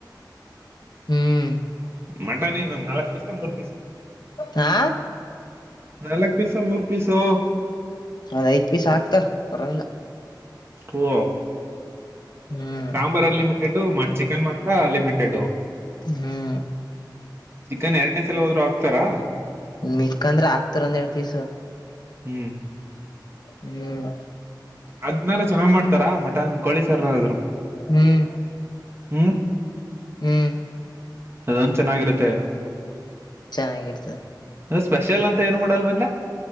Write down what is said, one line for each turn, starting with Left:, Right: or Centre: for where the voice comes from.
Left: ಹ್ಮ್
Right: ಮಟನ್ ಇ ನಲ್ಕು ಪೀಸ ಮೂರು ಪೀಸ್
Left: ಹಾ
Right: ನಾಲ್ಕ್ ಪೀಸ ಮೂರ್ ಪೀಸು
Left: ಅದ ಐದು ಪೀಸ್ ಆಗ್ತವ ಪರವಾಗಿಲ್ಲ.
Right: ಓ
Left: ಹ್ಮ್
Right: ಸಾಂಬಾರ್ ಅನ್ಲಿಮಿಟೆಡ್, ಚಿಕನ್ ಮತ್ತ ತಾ ಲಿಮಿಟೆಡ್.
Left: ಹ್ಮ್.
Right: ಚಿಕನ್ ಎರಡನೇ ಸಲ ಹೋದ್ರು ಹಾಕ್ತರಾ.
Left: ಮೀಕಂದ್ರೆ ಹಾಕ್ತಾರೆ ಒಂದ್ ಎರಡು ಪೀಸ್.
Right: ಹ್ಮ್.
Left: ಹ್ಮ್.
Right: ಅದ್ನಾರ ಚೆನ್ನ್ಗ ಮಾಡ್ತಾರಾ ಮಟನ್ ಕೋಳಿ ಸಾರನಾರಾದ್ರು.
Left: ಹ್ಮ್
Right: ಹ್ಮ್,
Left: ಹ್ಮ್.
Right: ಅದೊಂದ ಚೆನ್ನಾಗಿರುತ್ತೆ.
Left: ಚೆನ್ನಾಗಿರ್ತದೆ.
Right: ಹ ಸ್ಪೆಷಲ್ ಅಂತ ಏನು ಮಾಡಲ್ವೇನ್ಲಾ.